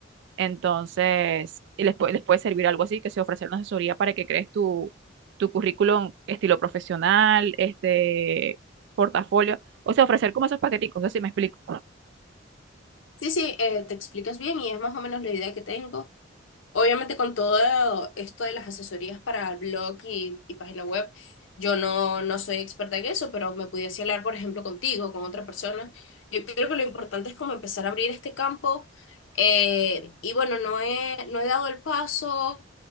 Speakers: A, on the right (about 65°); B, on the left (about 80°).
A: Entonces, y les, puede- les puede servir algo así, que se ofrecer una asesoría para que crees tu, tu currículum estilo profesional, este portafolio, o sea, ofrecer como esos paqueticos, no sé si me explico.
B: Sí, sí, eh, te explicas bien y es más o menos la idea que tengo. Obviamente con todo esto de las asesorías para blog y, y página web, yo no, no soy experta en eso, pero me pudiese hablar, por ejemplo, contigo, con otra persona. Yo creo que lo importante es como empezar a abrir este campo. eh, y bueno, no he, no he dado el paso,